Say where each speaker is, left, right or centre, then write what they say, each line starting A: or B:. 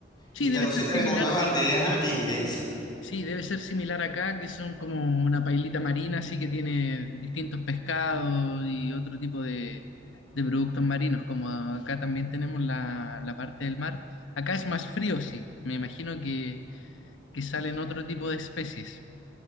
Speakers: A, on the left; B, on the left.
A: Sí,
B: y te
A: debe
B: lo
A: ser
B: sirven
A: similar,
B: en una bandeja inmensa.
A: Sí, debe ser similar acá, que son como una pailita marina, así que tiene distintos pescados y otro tipo de, de productos marinos, como acá también tenemos la, la parte del mar. Acá es más frío, sí. Me imagino que, que salen otro tipo de especies.